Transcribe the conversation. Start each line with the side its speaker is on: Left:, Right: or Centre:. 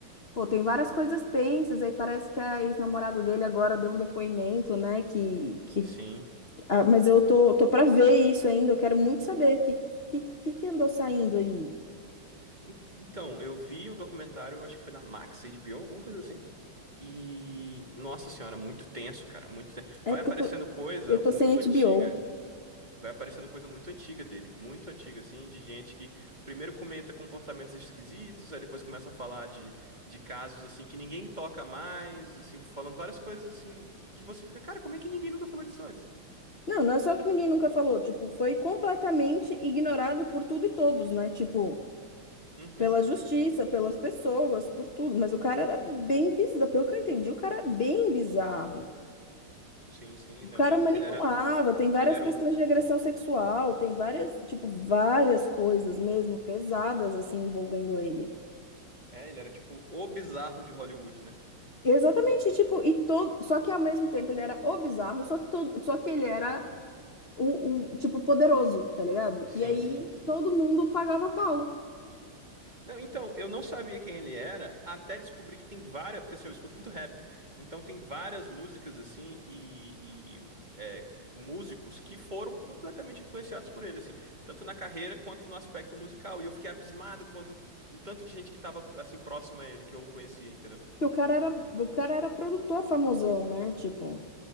Left: Pô, tem várias coisas tensas, aí parece que a ex-namorada dele agora deu um depoimento, né? Que, que...
Right: Sim.
Left: Ah, mas eu tô, tô pra ver isso ainda, eu quero muito saber que, que, que que andou saindo aí.
Right: En- Então, eu vi o documentário, acho que foi na Max, HBO, alguma coisa assim. E, nossa senhora, muito tenso, cara, muito tenso.
Left: É
Right: Vai
Left: porque
Right: aparecendo
Left: eu tô,
Right: coisa
Left: eu tô
Right: muito
Left: sem HBO.
Right: antiga Vai aparecendo coisa muito antiga dele, muito antiga, assim, de gente que primeiro comenta comportamentos esquisitos, aí depois começa a falar de, de casos, assim, que ninguém toca mais, assim, falando várias coisas, assim, que você fica, cara, como é que ninguém nunca falou disso antes?
Left: Não, não é só que ninguém nunca falou, tipo, foi completamente ignorado por tudo e todos, né? Tipo,
Right: Uhum,
Left: pela justiça, pelas pessoas, por tudo. Mas o cara era bem bizarro, pelo que eu entendi, o cara era bem bizarro.
Right: sim, sim,
Left: O
Right: não,
Left: cara
Right: ele era,
Left: manipulava,
Right: ele era,
Left: tem várias
Right: ele era,
Left: questões
Right: o-
Left: de agressão sexual, tem várias, tipo, várias coisas mesmo pesadas assim envolvendo ele.
Right: é, ele era tipo o bizarro de Hollywood, né?
Left: Exatamente, tipo, e todo, só que ao mesmo tempo ele era o bizarro, só que todo, só que ele era o, o, tipo poderoso, tá ligado?
Right: Sim,
Left: E aí
Right: sim, sim.
Left: todo mundo pagava pau.
Right: Não, então, eu não sabia quem ele era, até descobri que tem várias, porque assim, eu escuto muito rap, então tem várias músicas assim e, e, é, músicos que foram completamente influenciados por ele, assim, tanto na carreira quanto no aspecto musical. E eu fiquei abismado quando o tanto de gente que tava assim próxima a ele que eu conhecia, entendeu?
Left: Porque o cara era, o cara era produtor famosão, né? Tipo,